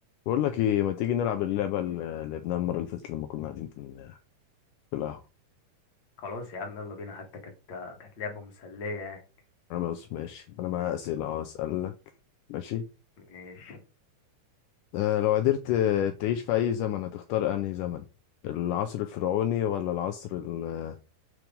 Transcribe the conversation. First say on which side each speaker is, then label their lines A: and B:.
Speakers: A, on the left; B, on the left.
A: بقول لك ايه ما تيجي نلعب اللعبه اللي لعبناها المره اللي فاتت لما كنا قاعدين في في القهوه
B: خلاص يا عم يلا بينا حتى كانت كانت لعبة مسلية يعني
A: انا بس ماشي انا معايا اسئله اه اسالك ماشي
B: ماشي
A: آه لو قدرت آه، تعيش في اي زمن هتختار انهي زمن العصر الفرعوني ولا العصر ال-